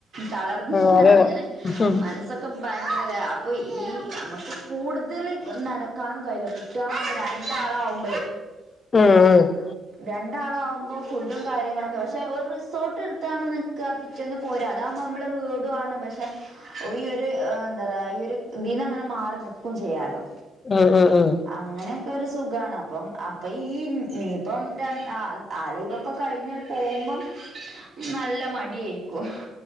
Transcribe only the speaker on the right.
തളർന്ന്
അങ്ങനെ
മന പ്പൊക്കെ ഭയങ്കര അപ്പൊ ഈ നമുക്ക് കൂടുതൽ നടക്കാനും കയ്യില കുട്ടികളരണ്ടാളവും
രണ്ടാളാവകുമ്പോൾ ഫുഡും കാര്യങ്ങളൊക്കെ പക്ഷെ ഒരു റിസോർട്ട് എടുത്താണ്ന്ന് ക്കപിറ്റെന്ന് പോരാ അതാക്പോ നമ്മള് വീടാണ് പക്ഷെ ഓ ഈ ഒരു എന്താ പറയാ ഈ ഒരു ദീന്ന് അങ്ങനെ മാറി നക്കും ചെയ്യാലോ
അങ്ങനെയൊക്കെ ഒരു സുഖാണ് അപ്പം അപ്പൊ ഈ ഇനിയിപ്പം ര ആ ലീവൊക്കെ കഴിഞ്ഞങ്ങട് പോകുമ്പം നല്ല മടിയായിരിക്കും